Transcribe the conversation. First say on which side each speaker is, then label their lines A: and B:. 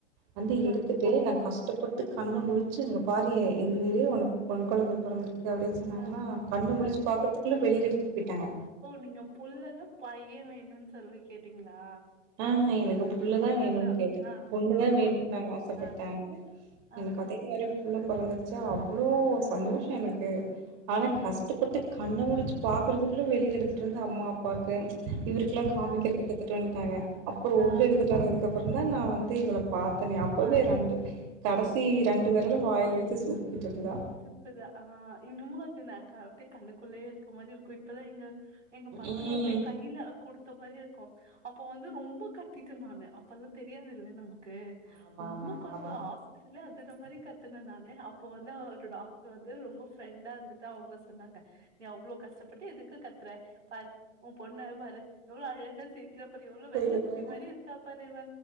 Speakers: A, on the right; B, on the right.
A: வந்து
B: ஆ,
A: எடுத்துட்டு நா கஷ்டப்பட்டு கண்ணு முழிச்சு எங்க பார் உண்மையிலேயே உனக்கு பெண் குழந்த பிறந்திருக்குது அப்டின்னா சொன்னாங்கன்னா
B: ஆ,
A: கண்ண முழிச்சு
B: ஆ.
A: பாக்கறதுக்குள்ளே வெளியில எடுத்து போயிட்டாங்க
B: ஓ நீங்க புள்ளனா பைய வேணுன்னு சொல்லி கேட்டீங்களா
A: ஆஹ எனக்கு புள்ளதா
B: பொண்ணுதா
A: வேணுனு கேட்ட
B: ஆ
A: பொண்ணுதா
B: ஆ
A: வேணுனு நாங்க ஆசப்பட்டாங்க
B: ஆ ஆ
A: எனக்கு அதே மாரி புள்ள பொறந்துருச்சா அவ்ளோ சந்தோஷ எனக்கு ஆனா
B: ம்
A: கஷ்டப்பட்டு கண்ண முழிச்சு பாக்குறதுக்குள்ள வெளியில எடுத்துட்டு வந்து அம்மா அப்பாவுக்கு இவருக்கெல்லா காமிக்கறக்கு
B: ஆ
A: எடுத்துட்டு வந்ட்டாங்க அப்புற உள்ள
B: ஆ
A: எடுத்துட்டு வந்ததுக்குப்புற தா நா வந்து இவள பாத்தனே அப்பவே
B: பாத்தீங்க
A: ரெண்டு கடைசி ரெண்டு வெரல வாயில வச்சு சூப்பிக்கிட்டு இருந்தா
B: சூப்பதா ஆ இன்னுமே அது நா அப்டியே கண்ணுக்குள்ளேயே இருக் கற மாரி இருக்கு இப்பதா எங்க எங்க பட்டுவ
A: ம்
B: அப்டியே கையில குடு த்த மாரியே இருக்கு அப்ப வந்து ரொம்ப கத்திட்ட நானு அப்பெல்லா தெரியாது இல்ல நமக் கு
A: ஆமா
B: ரொம்ப
A: ஆமா
B: கத்துவ
A: ஆமா
B: ஹாஸ்பிட்டலே அதுர மா கத்துன நானு அப்ப வந்து அவ அ வந்து ரொம்ப ஃப்ரெண்டா இருந்துட்டு அவங்க சொன்னாங்க நீ அவ்ளோ கஷ்டப்பட்டு எதுக்கு கத்துறா பாரு உ பொண்ண பாரு எவ்ளோ அழகா சிரிக்கிறா பாரு‌ எவ்ளோ வெள்ள
A: ஆமா
B: குட்டி மாரி இருக்கா பாரு இவ